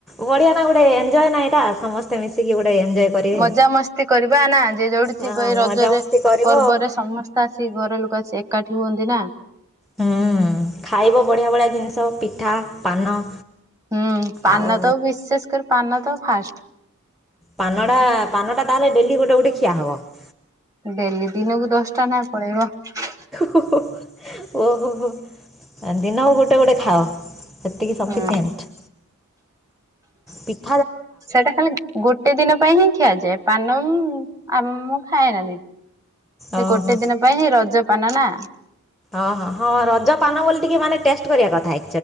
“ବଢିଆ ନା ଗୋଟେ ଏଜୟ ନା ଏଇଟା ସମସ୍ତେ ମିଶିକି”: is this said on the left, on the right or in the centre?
Centre